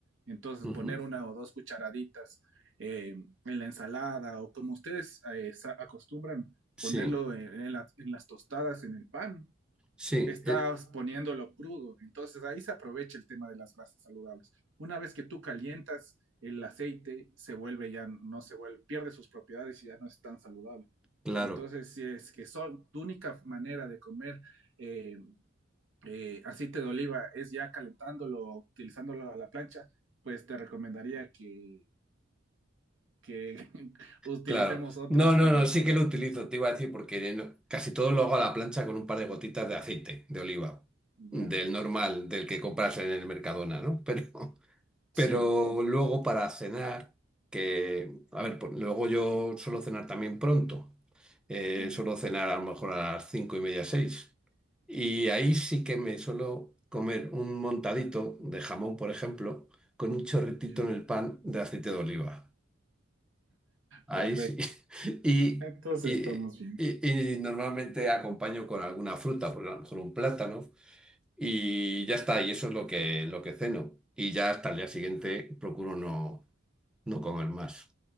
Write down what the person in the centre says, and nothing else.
Ujú,
Sí,
sí,
eh,
claro.
Claro.
No,
no, no, sí
que lo utilizo, te iba a decir, porque no- casi todo lo hago a la plancha con un par de gotitas de aceite de oliva, del
normal, del que compras en el Mercadona, ¿no? <laughs> Pero,
pero luego para cenar, que, a ver, por- luego yo suelo cenar también pronto, eh,
suelo cenar a lo mejor a las cinco y media, seis, y ahí sí que me suelo comer un montadito de jamón, por ejemplo, con un chorritito
en el pan de aceite de oliva. Ahí
sí. <laughs> Y,
y-
y- y normalmente acompaño con alguna fruta, por a lo mejor un plátano, y ya está, y eso es lo que, lo que ceno. Y ya hasta el día siguiente procuro no, no comer más.